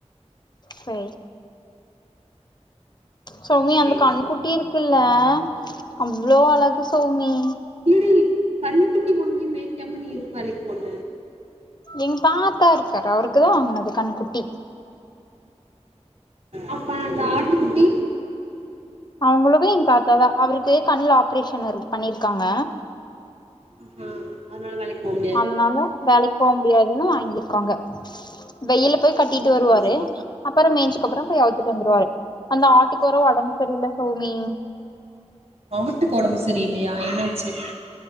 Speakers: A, on the left; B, on the right.
A: சேரி சௌமி அந்த
B: சேரி
A: கண்குட்டி இருக் குள்ள அவ்ளோ அழகு சௌமி
B: எடி கண்னு குட்டி வாங்கி மேய்க்காம நீ எதுக்கு வேலைக் போன
A: எங்க தாத்தா இருக்காரு அவுருக்குதா வாங்குனது கண்னுகுட்டி
B: அப்ப அந்த ஆட்டு குட்டி
A: அவுங்குளுக்கு எங்க தாத்தாதா அவுருக்கு கண்ல ஆப்ரேஷன் இரு பண்ணிருக்காங்க
B: ம் ம் அதனால வேலைக் போனு
A: அதனால வேலைக் போ முடியாதுனு வாங்கிருக்காங்க வெயில போய் கட்டிட்டு
B: ம்ஹும்
A: வருவாரு அப்பறோ மேய்ஞ்சுக்கப்புறோ போய் அவுத்துட்டு வந்துருவாரு அந்த ஆட்டுக்கு வேற ஒடம்பு செரில சௌமி
B: ஆட்டுக்கு ஒடம்பு செரி இல்லையா என்னாச்சு